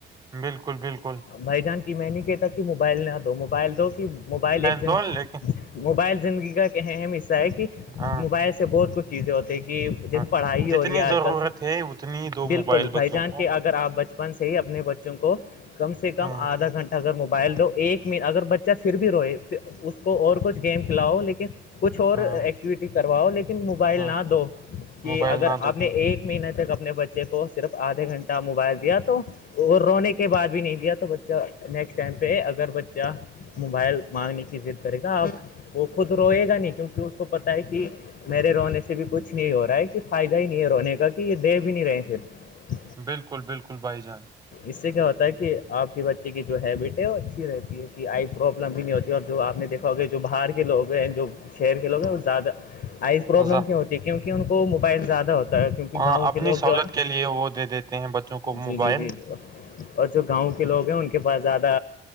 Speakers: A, on the right (about 20°); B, on the left (about 60°).
A: بالکل بالکل
B: بھائی جان کی میں نہیں کہتا کہ موبائل نہ دو موبائل دو موبائل ایک
A: دو لیکن
B: موبائل زندگی کا ایک اہم حصہ ہے کہ
A: ہاں
B: موبائل سے بہت کچھ چیزیں ہوتی کہ جیسے
A: ہاں
B: پڑھائی
A: جتنی
B: ہو رہی ہے آج
A: ضرورت
B: کل سے
A: ہے اتنی دو
B: بالکل
A: موبائل
B: بھائی
A: بچوں
B: جان
A: کو
B: کے اگر آپ بچپن سے ہی اپنے بچوں کو کم سے کم
A: ہاں
B: آدھا گھنٹے اگر موبائل دو ایک منٹ اگر بچہ پھر بھی روئے اس کو اور کچھ گیم کھلاؤ لیکن کچھ اور
A: ہاں
B: ایکٹیوٹی کرواؤ لیکن موبائل
A: ہاں
B: نہ دو کہ
A: موبائل
B: اگر
A: نہ تو
B: آپ
A: بالکل
B: نے ایک مہیینہ تک اپنے بچے بچے کو صرف آدھے گھنٹہ موبائل دیا تو وہ رونے کے بعد نہیں دیا تو بچہ نیکسٹ ٹائم پہ اگر بچہ موبائل مانگنے کی ضد کرے گا اب وہ خود روئے گا نہیں کیونکہ اس کو پت ہے کہ میرے رونے سے بھی کچھ نہیں ہو رہا ہے کہ فائدہ ہی نہیں ہے رونے کا کہ یہ دے بھی نہیں رہے صرف
A: بالکل بالکل بھائی جان
B: اس سے کیا ہوتا ہے کہ آپ کے بچے کی جو ہیبٹ ہے وہ اچھی رہتی ہے کہ آئی پروابلم بھی نہیں ہوتی اور جو آپ نے دیکھا ے جو باہر کے لوگ ہیں جو شہر کے لوگ ہیں وہ زیادہ آئز پروابلم
A: ز-
B: کیوں ہوتی کیونک ان کو موبائل زیادہ ہوتا کیونکہ گاؤں
A: آ، اپنی
B: کے لوگ
A: سہولت
B: جو ہے
A: کے لیے وہ دے دیتے ہیں بچوں کو
B: جی
A: موبائل
B: جی جی اور جو گاؤں کے لوگ ہیں ان کے پاس زیادہ